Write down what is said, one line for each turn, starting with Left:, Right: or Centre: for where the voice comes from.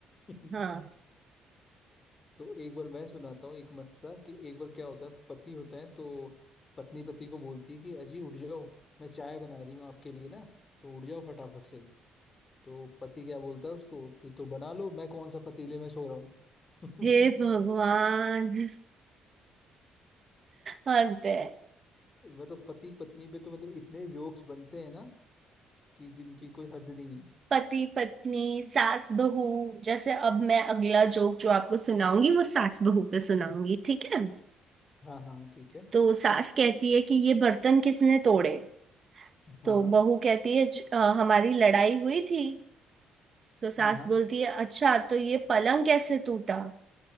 Left: <laughs>
Right: हाँ
Left: तो एक बार मैं सुनाता हूँ एक मस्सा कि एक बार क्या होता है पति होता है तो पत्नी पति को बोलती है कि अजी उठ जाओ मैं चाय बना रही हूँ आपके लिए ना तो उठ जाओ फटाफट से तो पति क्या बोलता है उसको कि तो बना लो मैं कौन सा पतीले में सो रहा हूँ
Right: हे भगवान
Left: <laughs>
Right: हद है
Left: मतलब पति पत्नी पे तो मतलब इतने जोक्स बनते हैं ना कि जिनकी कोई हद नहीं है
Right: पति पत्नी सास बहू जैसे अब मैं अगला जोक जो आपको सुनाऊंगी वो सास बहू पे सुनाऊंगी ठीक है
Left: हाँ हाँ हाँ, ठीक है
Right: तो सास कहती है कि ये बर्तन किसने तोड़े
Left: हाँ
Right: तो बहू कहती है "ज- अ, हमारी लड़ाई हुई थी तो सास
Left: हाँ हाँ
Right: बोलती है अच्छा तो ये पलंग कैसे टूटा